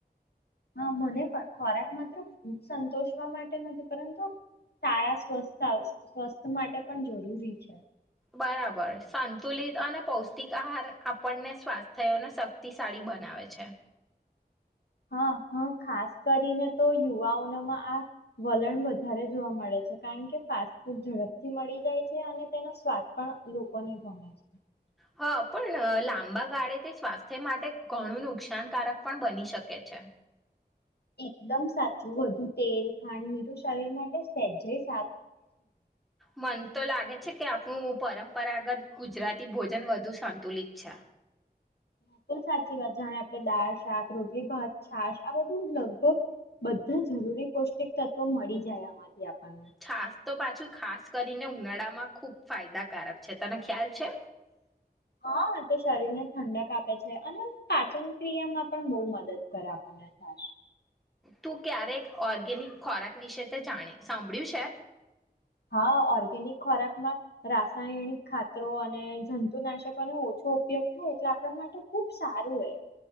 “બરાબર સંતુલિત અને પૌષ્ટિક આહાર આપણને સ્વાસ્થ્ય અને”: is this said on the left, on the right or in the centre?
Centre